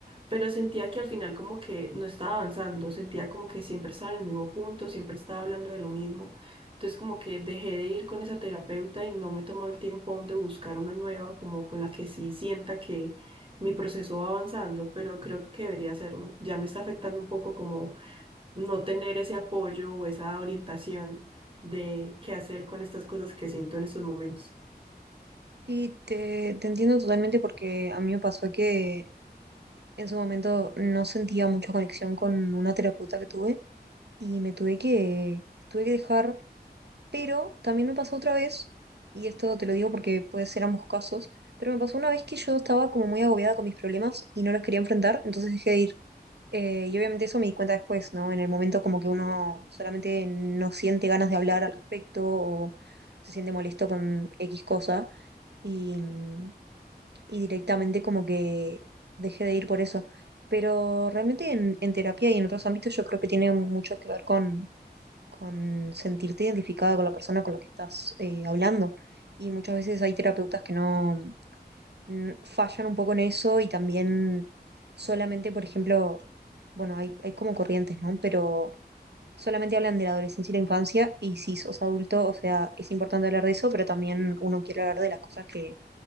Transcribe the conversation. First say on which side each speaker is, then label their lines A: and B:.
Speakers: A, on the right (about 30°); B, on the right (about 75°).
A: pero sentía que al final como que no estaba avanzando, sentía como que siempre estaba en el mismo punto, siempre estaba hablando de lo mismo. Entonces como que dejé de ir con esa terapeuta y no me he tomado el tiempo aún de buscar una nueva, como con la que sí sienta que mi proceso va avanzando, pero creo que debería hacerlo. Ya me está afectando un poco como no tener ese apoyo o esa orientación de qué hacer con estas cosas que siento en estos momentos.
B: Sí, te, te entiendo totalmente porque a mí me pasó que en su momento no sentía mucha conexión con una terapeuta que tuve y me tuve que, tuve que dejar, pero también me pasó otra vez, y esto te lo digo porque puede ser ambos casos, pero me pasó una vez que yo estaba como muy agobiada con mis problemas y no los quería enfrentar, entonces dejé de ir. Eh, y obviamente eso me di cuenta después, ¿no? En el momento como que uno solamente no siente ganas de hablar al respecto o se siente molesto con X cosa. Y, mm, y directamente como que dejé de ir por eso. Pero realmente en, en terapia y en otros ámbitos yo creo que tiene mucho que ver con, con sentirte identificada con la persona con la que estás eh, hablando. Y muchas veces hay terapeutas que no n- fallan un poco en eso y también solamente, por ejemplo, bueno, hay, hay como corrientes, ¿no? Pero solamente hablan de la adolescencia y la infancia y si sos adulto, o sea, es importante hablar de eso, pero también uno quiere hablar de las cosas que